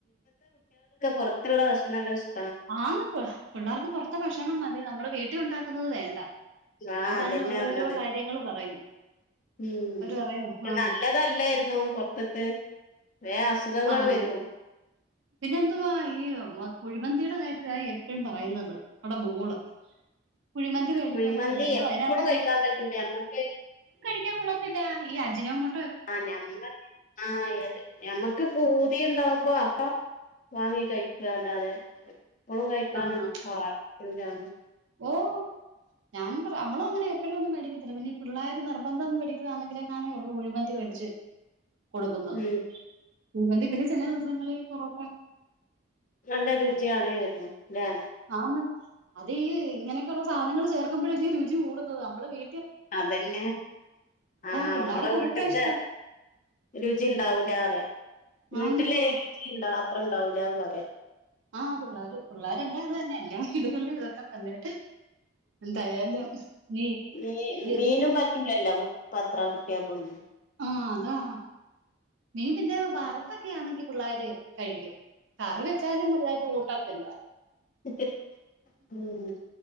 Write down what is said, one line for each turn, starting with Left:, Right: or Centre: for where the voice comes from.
Left: പൊറത്തുള്ള <unintelligible>
Right: ആന്ന്പ്പോ പിള്ളേർക്ക് പൊറത്തെ ഭക്ഷണം മതി നമ്മള വീ ട്ടിലുണ്ടാക്കുന്നത് വേണ്ട
Left: ആഹ്
Right: അവരതിന്
Left: അതന്നെ
Right: ഓരോരോ
Left: പറഞ്ഞത്
Right: കാര്യങ്ങൾ പറയും
Left: ഉം
Right: അവര് പറയും
Left: ഷേ
Right: ആഹ്
Left: നല്ലതല്ലര്ന്നും പൊർത്ത്ത്ത് വേം അസുഖങ്ങള്
Right: ആഹ്
Left: വരും.
Right: പിന്നെന്തുവാ ഈ വാ കുഴിമന്തിയുടെ കാര്യാ യേ എപ്പഴും പറയുന്നത് ആടെ മോള് കുഴിമന്തി മേടിക്കുമ്പോ
Left: കുഴിമന്തി
Right: എന്തോ
Left: എപ്പളും
Right: അതിനകത്തൊക്കെ
Left: കഴിക്കാൻ പറ്റൂല ഞമ്മക്ക്.
Right: ഴിക്കാ കൊള്ളത്തില്ല ഈ അജനാമോ
Left: ആ ഞമ്മക്ക് ആ ഞമ്മക്ക് ഫൂതി ഉണ്ടാവും. പൊറാട്ട വാങ്ങി കഴിക്കന്നല്ലാതെ. പ്പോഴും കഴിക്കാന്
Right: ആഹ്
Left: പോവാ <unintelligible>
Right: ഓ ഞാനും പറ അമ്മളും അങ്ങനെ എപ്പഴും ഒന്നും മേടിക്കത്തില്ല പിന്നെ ഈ പിള്ളാര് നിർബന്ധം പിടിക്കുവാന്നങ്കില് ങ്ങാനു ഒള്ളു കുഴിമന്തി വേടിച്ച് കൊടുക്കുന്നത്
Left: ഉം
Right: കുഴിമന്തീം പിന്നെ ചില ദിവസങ്ങളില് പൊറോട്ട.
Left: നല്ല രുചിയാണ് കരുതും ലെ
Right: ആന്ന് അതീ ഇങ്ങനെയൊക്കെള്ള സാധനങ്ങൾ ചേർ <unintelligible> രുചി കൂടുന്നത് നമ്മള് മേ
Left: അതന്നെ ആഹ്
Right: പിള്ളേർക്ക്
Left: നമ്മള് വീട്ട്ത്തെ
Right: അതൊക്കെയാ ഇഷ്ടം
Left: രുചി ഇണ്ടാവൂല അറിയാ. വീട്ടിലേഡിക്കി.
Right: ആന്ന്
Left: ആ അത്ര ഉണ്ടാവൂലാന്ന് പറയ
Right: ആ പിള്ളേർ പിള്ളോരല്ലാം അത് തന്നെ എല്ലാ വീടുകളിലും ഇതൊക്കെ തന്നെ എന്തായാലും നീ
Left: മീ
Right: ഈ
Left: മീനും
Right: ഒരു
Left: പറ്റൂലല്ലോ പത്ര കിട്ടിയ കൊന്ന്
Right: ആ അതാ മീൻ പിന്നെ വറുത്തൊക്കെയാണെങ്കി പിള്ളേർ കഴിക്കും കറി വെച്ചാലും വലുതായിട്ട് കൂട്ട അല്ല
Left: മ് മ്